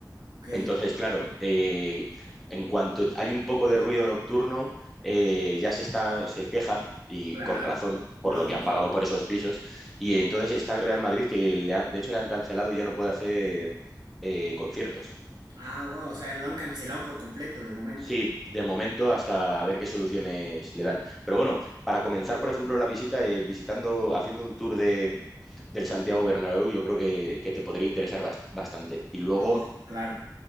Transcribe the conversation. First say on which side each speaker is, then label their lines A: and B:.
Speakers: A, on the right; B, in the centre.
A: Ok.
B: Entonces, claro, eh, en cuanto hay un poco de ruido nocturno, eh, ya se está, se quejan, y
A: Claro,
B: con razón,
A: lógico.
B: por lo que han pagado por esos pisos. Y entonces está el Real Madrid, que le han- de hecho le han cancelado y ya no puede hacer eh, conciertos.
A: Ah, wow, o sea, lo han cancelado por completo de momento.
B: Sí, de momento hasta a ver qué soluciones le dan. Pero bueno, para comenzar, por ejemplo, la visita, eh, visitando, haciendo un tour de, del Santiago Bernabéu, yo creo que, que te podría interesar bast- bastante. Y luego
A: Lógico, claro.